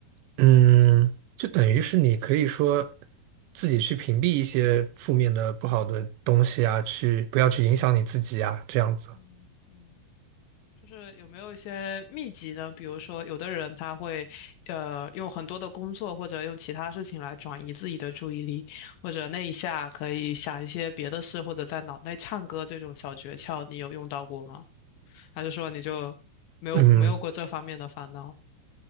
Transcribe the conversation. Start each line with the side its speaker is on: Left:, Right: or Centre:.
Right: 嗯，就等于是你可以说自己去屏蔽一些负面的、不好的东西啊，去不要去影响你自己啊，这样子。
Left: 嗯嗯。就是有没有一些秘籍呢？比如说，有的人他会，呃，用很多的工作或者用其他事情来转移自己的注意力，或者那一下可以想一些别的事，或者在脑内唱歌这种小诀窍，你有用到过吗？还是说你就没有没有过这方面的烦恼？
Right: 嗯。